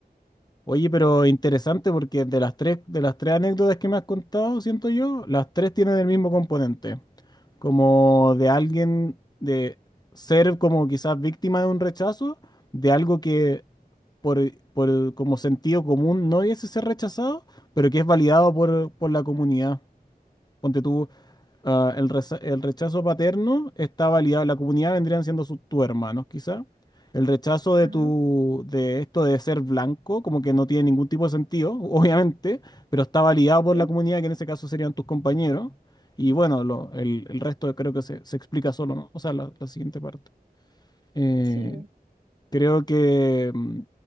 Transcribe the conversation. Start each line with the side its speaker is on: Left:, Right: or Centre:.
Left: Oye, pero interesante porque de las tres, de las tres anécdotas que me has contado, siento yo, las tres tienen el mismo componente, como de alguien, de ser como quizás víctima de un rechazo, de algo que por, por como sentido común no hubiese ser rechazado, pero que es validado por, por la comunidad. Ponte tú, Ah, el, reza- el rechazo paterno está validado, la comunidad vendrían siendo sus, tus hermanos, quizá. El rechazo de
Right: Ajá,
Left: tu, de esto de ser blanco, como que no tiene ningún tipo de sentido, <laughs> obviamente, pero está validado por
Right: sí.
Left: la comunidad, que en ese caso serían tus compañeros. Y bueno, lo- el, el resto creo que se, se explica solo, ¿no? O sea, la, la siguiente parte. Eh,
Right: Sí,
Left: Creo que, mm,